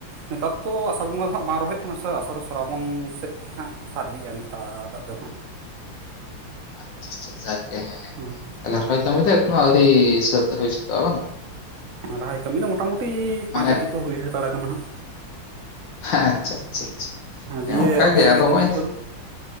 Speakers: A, on the right (about 50°); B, on the left (about 65°).
A: ᱱᱮᱛᱟᱨ ᱛᱚ ᱟᱥᱟᱲ ᱵᱚᱸᱜᱟ ᱦᱟᱜ ᱵᱟᱝ ᱨᱚᱦᱚᱣᱜ ᱠᱟᱱᱟ ᱥᱮ ᱟᱥᱟᱲ ᱥᱨᱟᱵᱚᱱ ᱥᱮᱫ ᱠᱮᱦᱟᱸᱜ ᱥᱟᱨᱫᱤᱜᱼᱟ ᱱᱮᱛᱟᱨᱟᱜ ᱫᱚ ᱦᱟᱸᱜ
B: <unintelligible> ᱡᱠᱮ ᱦᱮᱸ
A: ᱦᱟᱸᱜ
B: ᱛᱟᱦᱚᱞᱮ ᱨᱚᱦᱚᱭ ᱠᱟᱹᱢᱤ ᱮᱠᱷᱚᱱ ᱦᱚᱸ ᱟᱹᱣᱨᱤ ᱥᱟᱹᱛ ᱦᱩᱭ ᱥᱟᱹᱛᱩᱜᱼᱟ ᱵᱟᱝ
A: ᱨᱚᱦᱚᱭ ᱠᱟᱹᱢᱤ ᱫᱚ ᱢᱳᱚᱴᱟᱢᱩᱴᱤ
B: ᱢᱟᱱᱮ
A: ᱯᱟᱸᱪ ᱟᱴᱤ ᱠᱚ ᱦᱩᱭ ᱦᱟᱛᱟᱲᱟ ᱠᱟᱱᱟᱦᱟᱸᱜ
B: ᱦᱮᱸ ᱟᱪᱪᱷᱟ ᱟᱪᱪᱷᱟ ᱦᱮᱸ
A: ᱫᱤᱭᱮ
B: ᱚᱱᱠ
A: ᱟᱯᱮᱭᱟᱜ
B: ᱜᱮ ᱟᱫᱚ ᱱᱚᱜᱼᱚᱭ
A: ᱛᱤᱱᱟᱹᱜ ᱡᱷᱟᱹᱞ